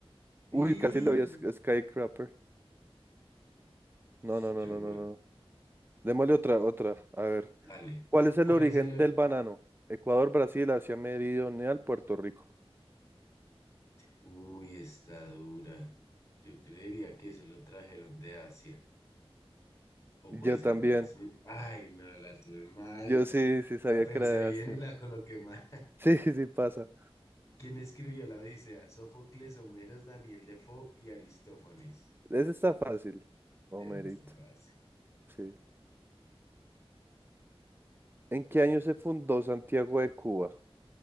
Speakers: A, on the right; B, on the left.
A: Uy,
B: Y...
A: casi lo vi a Sk- Skycrapper. No,
B: Stuart,
A: no, no, no, no, no. Démosle otra, otra. A ver.
B: dale.
A: ¿Cuál es el
B: ¿Cuál
A: origen
B: es el...? o-
A: del banano? Ecuador, Brasil, Asia Meridional, Puerto Rico.
B: Uy, está dura. Yo creería que eso lo trajeron de Asia. O
A: Yo
B: puede ser
A: también.
B: Brasil. Ay, no, la tuve mal.
A: Yo sí, sí sabía
B: La pensé
A: que era de
B: bien
A: Asia.
B: y la coloqué mal.
A: Sí, <laughs> sí pasa.
B: ¿Quién escribió la Odisea? Sófocles, Homero Daniel Defoe y Aristófanes.
A: Ese está fácil. Homerito.
B: Sí, Eso está fácil.
A: Sí. ¿En qué año se fundó Santiago de Cuba?